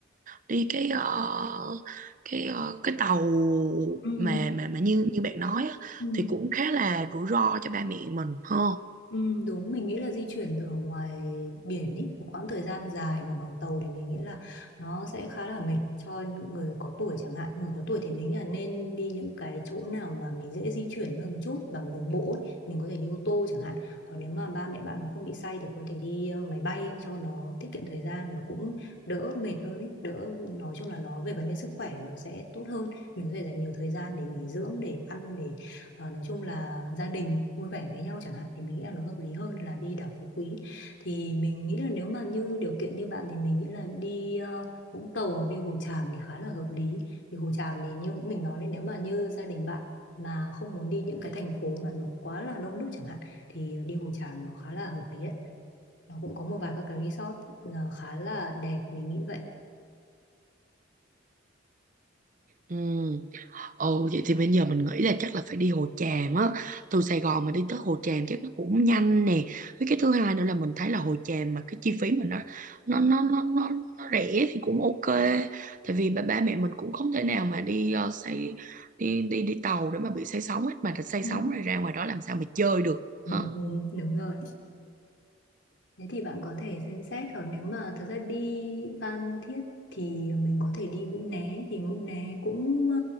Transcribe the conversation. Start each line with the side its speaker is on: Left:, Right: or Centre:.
Right: đi cái ờ, cái ờ, cái tàu
Left: Ừ.
Right: mà mà mà như như bạn nói á,
Left: Ừ.
Right: thì cũng khá là rủi ro cho ba mẹ mình ha
Left: Ừ, đúng mình nghĩ là di chuyển ở ngoài biển ý một khoảng thời gian dài mà bằng tàu thì mình nghĩ là nó sẽ khá là mệt cho người có tuổi chẳng hạn người có tuổi thì mình nghĩ là nên đi những cái chỗ nào mà mình dễ di chuyển hơn một chút bằng đường bộ ấy. Mình có thể đi ô tô chẳng hạn hoặc nếu mà ba mẹ bạn mà không bị say thì có thể đi ờ, máy bay cho nó tiết kiệm thời gian và cũng đỡ mệt hơn ấy đỡ nói chung là nó về vấn đề sức khỏe nó sẽ tốt hơn mình có thể dành nhiều thời gian để nghỉ dưỡng để ăn để Ờ, nói chung là gia đình vui vẻ với nhau chẳng hạn thì mình nghĩ là nó hợp lý hơn là đi đảo Phú Quý thì mình nghĩ là nếu mà như điều kiện như bạn thì mình nghĩ là đi ờ, Vũng Tàu hoặc đi Hồ Tràm thì khá là hợp lý thì Hồ Tràm thì như mình nói đấy nếu mà như gia đình bạn mà không muốn đi những cái thành phố mà nó quá là đông đúc chẳng hạn thì ờ, đi Hồ Tràm nó khá là hợp lý đấy nó cũng có một vài các cái resort là khá là đẹp mình nghĩ vậy
Right: ừ. ừ vậy thì bây giờ mình nghĩ là chắc là phải đi Hồ Tràm á từ Sài Gòn mà đi tới Hồ Tràm chắc nó cũng nhanh nè với cái thứ hai nữa là mình thấy là Hồ Tràm mà cái chi phí mình nó nó nó nó nó, nó rẻ thì cũng ok tại vì ba, ba mẹ mình cũng không thể nào mà đi ờ, xây đi đi đi tàu để mà bị say sóng hết mà thật say
Left: Ừ.
Right: sóng rồi ra ngoài đó làm sao mà chơi được
Left: ừ,
Right: ha
Left: ừ, đúng rồi Thế thì bạn có thể xem xét hoặc nếu mà thật ra đi Phan Thiết thì mình có thể đi Mũi Né thì Mũi Né cũng ờ,